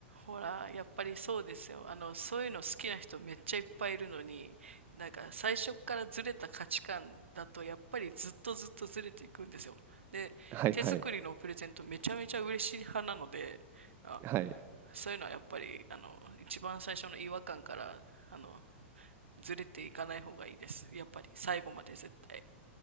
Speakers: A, on the right (about 75°); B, on the right (about 30°).
A: ほら、やっぱりそうですよ。あの、そういうの好きな人めっちゃいっぱいいるのに、なんか最初からずれた価値観だと、やっぱりずっとずっとずれていくんですよ。で、
B: はいはい。
A: 手作りのプレゼントめちゃめちゃ嬉しい派なので、あ、
B: はい。
A: そういうのはやっぱり、あの、一番最初の違和感から、あの、ずれていかない方がいいです。やっぱり最後まで絶対。